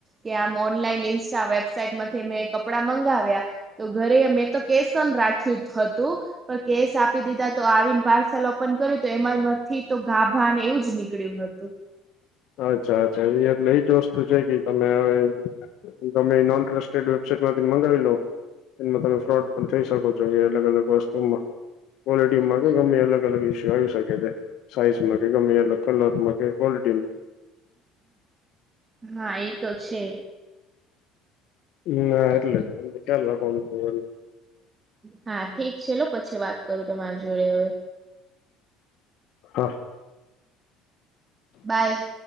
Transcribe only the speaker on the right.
કે આમ ઓનલાઈન ઈન્સ્ટા વેબસાાઈટ માંથી મેં કપડા મંગાવ્યા. તો ઘરે મેં તો કેસન રાખ્યું હતું. પણ કેશ આપી દીધા તો આવીને પાર્સલ ઓપન કર્યું તો એમાં નથી તો ગાભાને એવુંજ. નીકળ્યું હતું.
હા એતો છે.
હા ઠીક છે લો પછી વાત કરું તમારી જોડે હવે.
બાય.